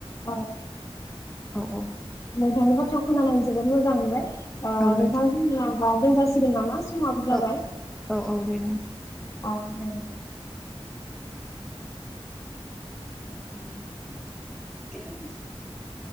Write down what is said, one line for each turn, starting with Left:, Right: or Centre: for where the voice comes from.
Left: औ
Centre: औ
Left: नोंथांनि बाथ्राखौ खोनानानै जोबोद मोजां मोनबाय। ओ
Centre: औ औ
Left: नोंथां जोंनिया ओ दोनजा जासिगोन नामा? समाबो जाबाय
Centre: औ औ औ दे
Left: अ दे। <inaudible>
Centre: <unintelligible>